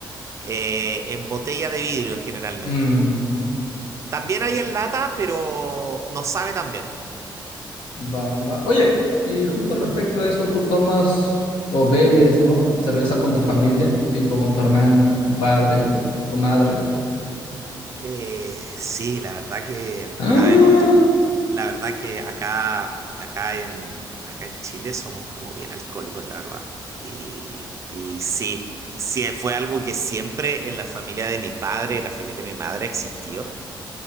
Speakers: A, on the right; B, on the left.
A: eh, en botella de vidrio generalmente.
B: Mm,
A: También hay en lata, pero no sabe tan bien.
B: va, va. Oye, y justo respecto a eso, tú tomas o bebes, ¿no? Cerveza con tu familia, tipo con tu hermana, tu padre o tu madre.
A: Eh, sí, la verdad que,
B: <gasps> ¡Ah!
A: a ver, yo- la verdad que acá, acá en, acá en Chile somos como bien alcohólicos, la verdad. Y, y sí, sí, fue algo que siempre en la familia de mi padre, en la familia de mi madre existió.